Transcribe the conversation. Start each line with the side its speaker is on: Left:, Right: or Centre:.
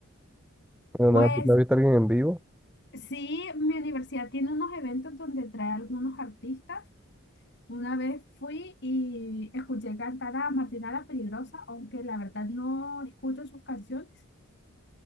Centre: ¿No,
Left: Pues
Centre: no has no has visto a alguien en vivo?
Left: Sí, mi universidad tiene unos eventos donde trae algunos artistas. Una vez fui y escuché cantar a Martina la Peligrosa, aunque la verdad no escucho sus canciones.